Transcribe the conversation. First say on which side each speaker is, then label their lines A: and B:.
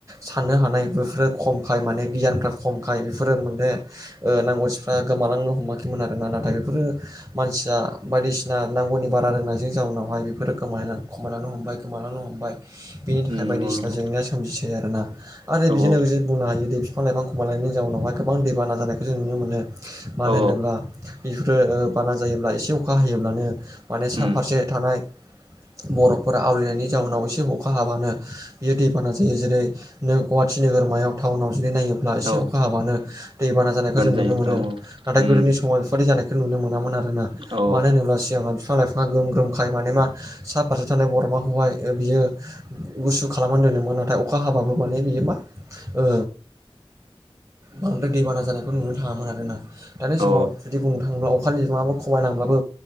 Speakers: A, on the right; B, on the right.
A: साननो हानाय बेफोरो खमखाय माने गियानफ्रा खमखाय बेफोरो मोने ओ नांगौसिफ्रा गोमालांनो हमाखैमोन आरोना नाथाय बेफोरो मानसिया बायदिसिना नांगौनि बारा रोंनायजों जाउनावहाय बेफोरो गोमालायलां खमायलांनो हमबाय गोमालांनो हमबाय बिनि थाखाय
B: उम
A: बायदिसिना
B: नंगौ नोंथां
A: जेंनाया सोमजिसै आरोना आरो
B: औ
A: बिजोंनो
B: औ
A: बिजों बुंनो हायो दि बिफां लाइफां खमायलांनायनि जाउनावहाय गोबां दैबाना जानायखौ जों नुनो मोनो मानो
B: औ
A: होनोब्ला बेफोरो ओ बाना जायोब्ला एसे अखा हायोब्लानो माने सा
B: उम
A: फारसे थानाय बर'फोरा आवलिनायनि जाउनाव एसे अखा हाबानो बियो दैबाना जायो जेरै नो गुवाहाटि नोगोरमायाव थाउनाव जुदि नायो ब्ला एसे
B: औ
A: अखा हाबानो दैबाना जानायखौ जों नुनो
B: जायो
A: मोनो
B: औ
A: नाथाय
B: उम
A: गोदोनि समाव बेफोरबादि जानाय खौ नुनो मोनामोन आरोना
B: औ
A: मानो होनोब्ला सिगां बिफां लाइफां मा ग्रोम ग्रोमखाय माने मा साफारसे थानाय बर'माखौहाय बियो गुसु खालामनानै दोदोंमोन नाथाय अखा हाबाबो माने बियो मा ओ बांद्राय दैबाना जानायखौ नुनो थाङामोन आरोना दानि समाव
B: औ
A: जुदि बुंनो थाङोब्ला अखानि बिबाङाबो खमायलांब्लाबो